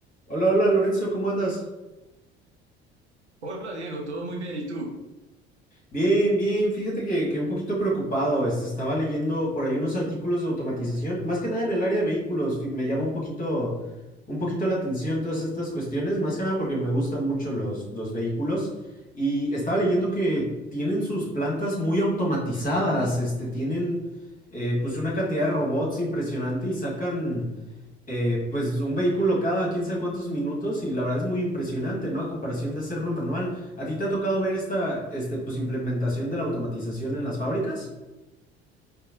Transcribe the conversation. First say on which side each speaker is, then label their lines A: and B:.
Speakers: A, on the left; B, on the right.
A: Hola, hola Lorenzo, ¿cómo andas?
B: Hola Diego, todo muy bien. ¿Y tú?
A: Bien, bien, fíjate que, que un poquito preocupado, este, estaba leyendo por ahí unos artículos de automatización, más que nada en el área de vehículos, fi- me llama un poquito, un poquito la atención todas estas cuestiones, más que nada porque me gustan mucho los, los vehículos y estaba leyendo que tienen sus plantas muy automatizadas, este, tienen eh, pues una cantidad de robots impresionante y sacan eh, pues un vehículo cada quién sabe cuántos minutos y la verdad es muy impresionante, ¿no? A comparación de hacerlo manual. ¿A ti te ha tocado ver esta, este, pues, implementación de la automatización en las fábricas?